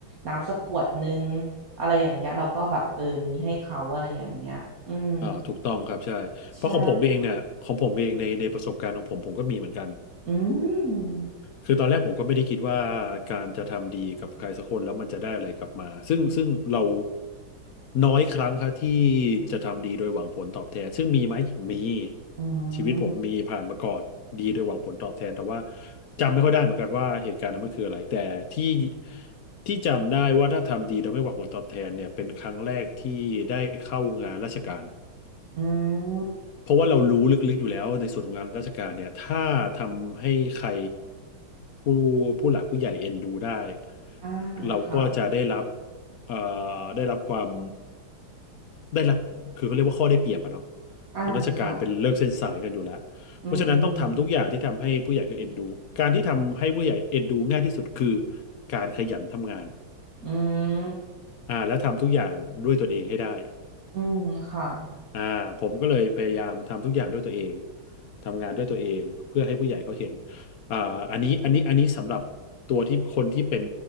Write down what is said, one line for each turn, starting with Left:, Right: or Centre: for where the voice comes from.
Right: น้ำสักขวดนึงอะไรอย่างเงี้ยเราก็แบบเออมีให้เขาอะไรอย่างเงี้ยอืม
Left: อ่าถูกต้องครับใช่เพราะของผมเองเนี่ยของผมเองในในประสบการณ์ของผมผมก็มีเหมือนกัน
Right: ใช่อืม
Left: คือตอนแรกผมก็ไม่ได้คิดว่าการจะทำดีกับใครสักคนแล้วมันจะได้อะไรกลับมาซึ่งซึ่งเราน้อยครั้งครับที่จะทำดีโดยหวังผลตอบแทนซึ่งมีไหมมี
Right: อื
Left: ชีวิตผมมีผ่านมาก่อนดีโดยหวังผลตอบแทนแต่ว่า
Right: ม
Left: จำไม่ค่อยได้เหมือนกันว่าเหตุการณ์นั้นมันคืออะไรแต่ที่ที่จำได้ว่าถ้าทำดีโดยไม่หวังผลตอบแทนเนี่ยเป็นครั้งแรกที่ได้เข้างานราชการ
Right: อืม
Left: เพราะว่าเรารู้ลึกๆอยู่แล้วในส่วนของงานราชการเนี่ยถ้าทำให้ใครผู้ผู้หลักผู้ใหญ่เอ็นดูได้
Right: อ่า
Left: เราก็จะได้รับ
Right: ค่ะ
Left: เอ่อได้รับความได้รับคือเขาเรียกว่าข้อได้เปรียบอะเนาะ
Right: อ่าค่ะ
Left: ทางราชการเป็นเลิกเส้นสายกันอยู่แล้วเพราะฉะนั้นต้องทำทุกอย่างที่ทำให้ผู้ใหญ่คือเอ็นดูการที่ทำให้ผู้ใหญ่เอ็นดูง่ายที่สุดคือ
Right: อืม
Left: การขยันทำงาน
Right: อืม
Left: อ่าและทำทุกอย่างด้วยตนเองให้ได้
Right: อืมค่ะ
Left: อ่าผมก็เลยพยายามทำทุกอย่างด้วยตัวเองทำงานด้วยตัวเองเพื่อให้ผู้ใหญ่เขาเห็นอ่าอันนี้อันนี้อันนี้สำหรับตัวที่คนที่เป็น